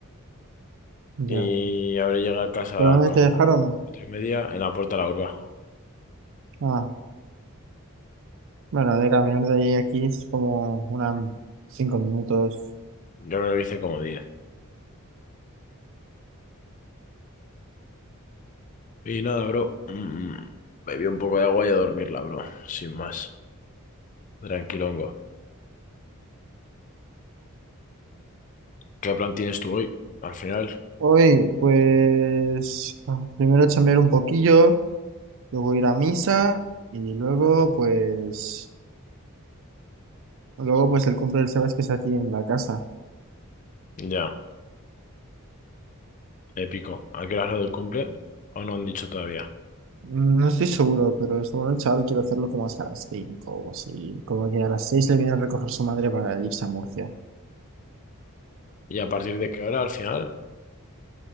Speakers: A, on the right; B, on the left.
A: Ya.
B: y habré llegado a casa
A: ¿Pero dónde
B: como
A: te dejaron?
B: cuatro y media en la puerta de la urba.
A: Ah, bueno, de caminar de ahí a aquí es como unas cinco minutos,
B: Yo creo que hice como diez. Y nada, bro. mm, bebí un poco de agua y a dormirla, bro. Sin más. Tranquilongo. ¿Qué plan tienes tú hoy? Al final.
A: Hoy, pues, ah, primero chambear un poquillo, luego ir a misa y luego, pues, luego, pues, el cumple del Sebas que es aquí en la casa.
B: Ya, épico. ¿A qué hora es lo del cumple? ¿O no han dicho todavía?
A: Mm, No estoy seguro, pero esta noche chaval quiero hacerlo como hasta las 5 o así. Como que a las 6 le viene a recoger su madre para irse a Murcia.
B: ¿Y a partir de qué hora al final?